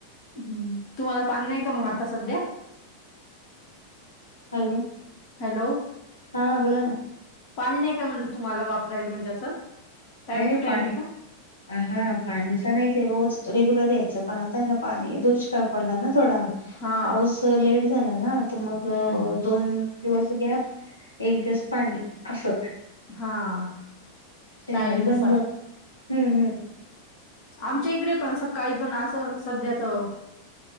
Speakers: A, on the left; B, on the left.
A: हम्म, तुम्हाला पाणी नाही का मग आता सध्या?
B: हॅलो.
A: हॅलो.
B: हा, बोला ना.
A: पाणी नाही काय म्हणल, तुम्हाला वापरायल म्हणजे असं? टाइम
B: नाही नाही,
A: टू टाइम
B: पा,
A: आहे का
B: हा पाणीचा नाहीऽऽ रोज रेग्युलर यायचं, पण आता ना पाणी, दुष्काळ पडला ना थोडा
A: हा
B: पाऊस लेट..... झाला ना, तर मग,
A: हम्म
B: दोन दिवस गॅप, एक दिवस पाणी.... असं
A: हा....
B: शनिवारी
A: टाईम नुसार
B: बंद, हम्म, हम्म,
A: आमच्या इकडे पण सकाळी पण असं, सध्या तर..